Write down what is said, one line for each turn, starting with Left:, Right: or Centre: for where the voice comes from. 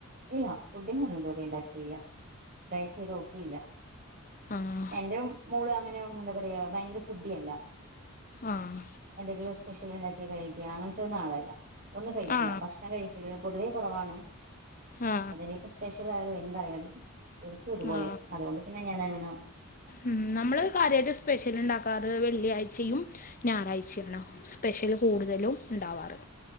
Right: ഇല്ല ഫുഡിങ് ഒന്നും ഇതുവരെ ഉണ്ടാക്കിയില്ല ട്രൈ ചെയ്ത് നോക്കിയില്ല
Left: ആഹ്
Right: എന്റെ മോള് അങ്ങനെ എന്താ പറയാ ഭയങ്കര ഫുഡി അല്ല
Left: ആഹ്
Right: എന്തെങ്കിലും സ്പെഷ്യൽ ഉണ്ടാക്കി കഴിക്ക അങ്ങനത്തെ ഒന്നാളല്ല ഒന്ന് കഴിക്കില്ല
Left: ആ
Right: ഭക്ഷണം കഴിക്ക പൊതുവേ കുറവാണ്
Left: ആ
Right: അത് ഇനി സ്പെഷ്യൽ ആയാലും എന്തായാലും ഓക് ഒരുപോലെ
Left: ആ
Right: അതുകൊണ്ട് പിന്നെ ഞാനങ്ങനെ
Left: ഉം നമ്മള് കാര്യയിട്ട് സ്പെഷ്യൽ ഉണ്ടാക്കാറ് വെള്ളിയാഴ്ചയും ഞായറാഴ്ചയാണ് സ്പെഷ്യല് കൂടുതലും ഉണ്ടാവാറ്